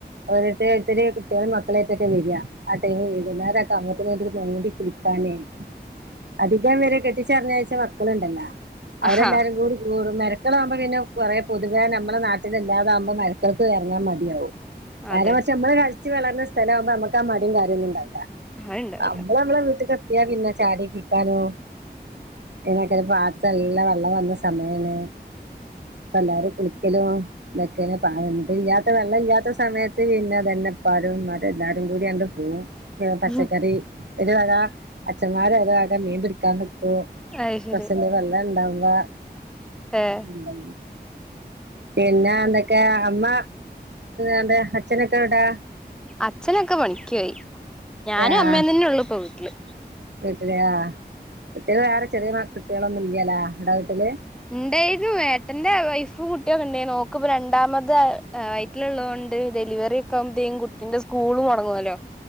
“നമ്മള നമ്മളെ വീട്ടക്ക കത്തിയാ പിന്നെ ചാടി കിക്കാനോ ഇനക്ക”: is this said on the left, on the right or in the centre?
Right